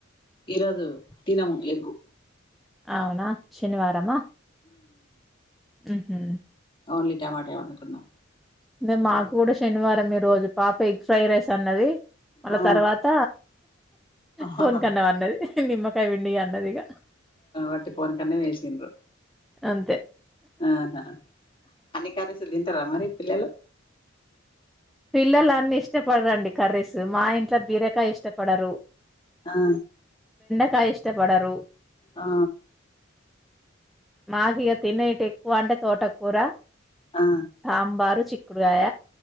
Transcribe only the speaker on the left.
ఈరోజు తినము ఎగ్
ఓన్లీ టమాటే వండుకున్నాం.
ఆ
ఆహాహా.
అట్టి పోనకన్న వేసిరు
ఆహా అన్ని కర్రీస్ తింటారా మరి పిల్లలు
ఆ
ఆ
ఆ